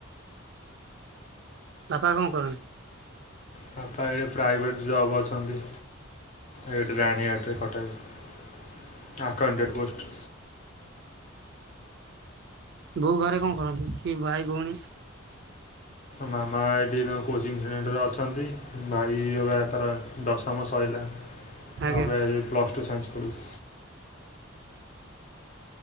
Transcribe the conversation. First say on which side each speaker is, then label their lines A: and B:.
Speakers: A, on the right; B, on the left.
A: ବାପା କଣ କରନ୍ତି?
B: ବାପା ଏଇଠେ ପ୍ରାଇଭେଟ୍ ଜବ୍ ଅଛନ୍ତି। ଏଇଠି ରାଣିହାଟରେ କଟକରେ ଆକାଉଣ୍ଟେଟ ପୋଷ୍ଟ।
A: ବୋଉ ଘରେ କଣ କରନ୍ତି? କି ଭାଇ ଭଉଣୀ।
B: ମାମା ଏଠି ତ କୋଚିଂ ସେଣ୍ଟରରେ ଅଛନ୍ତି ଭାଇ ବ ତାର ଦଶମ ସଇଲା ଅବିକା
A: ଆଜ୍ଞା
B: ପ୍ଲସେ ସ୍ ଟୁ ସାଇନ୍ସ ପଡ଼ୁଛି।